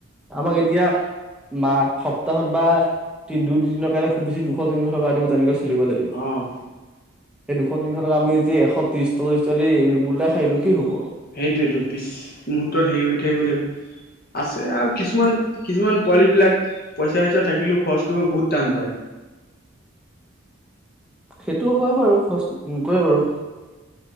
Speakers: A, in the centre; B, on the left.
A: আমাক এতিয়া মাহ সপ্তাহত বা দুই দিনৰ কাৰণে খুব বেছি দুশ তিনিশ টকা দিব তেনেকে খুলিব লাগিব।
B: অঁ
A: সেই দুশ তিনিশক আমি যি এশ ত্ৰিশ চল্লিশ তাৰি গুলা খাই দিও কি হব?
B: সেইটোয়েতো পিছ মুহূৰ্তত হেৰি হৈ থাকিব লাগিব আছে আৰু কিছুমান কিছুমান পোৱালী বিলাক পইচা চইচা থাকিলেও খৰচ কিয় বহুত টান পায়।
A: সেইটো হয় খৰচ নকৰে বাৰু।